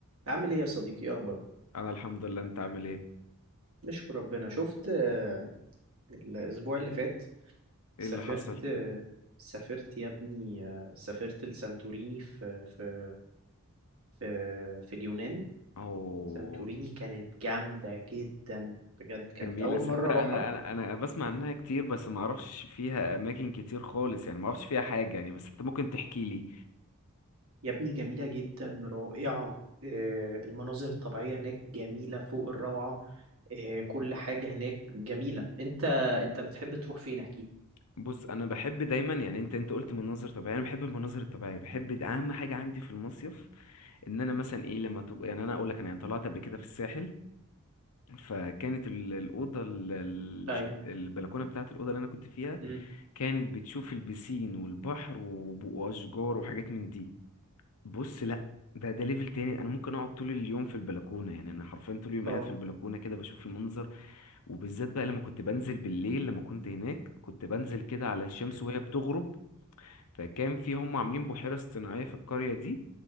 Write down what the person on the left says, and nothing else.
انا الحمد لله انت عامل ايه
ايه اللي حصل
اهو
جميله
صدق
انا انا انا بسمع عنها كتير بس ما اعرفش فيها اماكن كتير خالص يعني ما اعرفش فيها حاجه يعني بس انت ممكن تحكي لي
بص انا بحب دايما يعني انت انت قلت مناظر طبيعيه انا بحب المناظر الطبيعيه بحب د- اهم حاجه عندي في المصيف ان انا مثلا ايه لما تبقى يعني انا اقول لك انا يعني طلعت قبل كده في الساحل فكانت ال- الاوضه ال- ال- الش-
البلكونه بتاعه الاوضه اللي انا كنت فيها
كانت بتشوف البسين والبحر وب- واشجار وحاجات من دي بص لا ده ده ليفل تاني انا ممكن اقعد طول اليوم في البلكونه يعني انا حرفيا طول اليوم
قاعد في البلكونه كده بشوف المنظر وبالذات بقى لما كنت بنزل بالليل لما كنت هناك كنت بنزل كده على الشمس
وهي بتغرب فكان في هم عاملين بحيره اصطناعيه في القريه دي